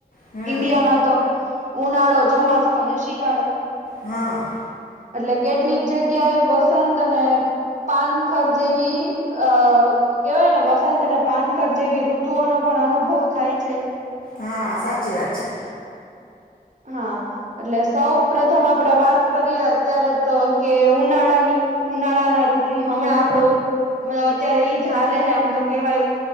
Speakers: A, on the left (about 60°); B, on the right (about 50°).
A: હમ
B: ઈન્ડિયા માં તો ઉનાળો ચોમાસું અને શિયાળો?
A: હા
B: એટલે કેટલીક જગ્યાએ વસંત અને પાનખર જેવી અ કેહેવાય ને વસંત અને પાનખર જેવી ઋતુઓનો પણ પણ અનુભવ થાય છે.
A: હા, સાચી વાત છે.
B: હા, એટલે સૌ પ્રથમ આપડે વાત કરીએ અત્યારે તો કે ઉનાળા ની ઉનાળા ના ઋતુ હમણાં આપડો અત્યારે ઈ જ હાલે, હ આમ તો કહેવાય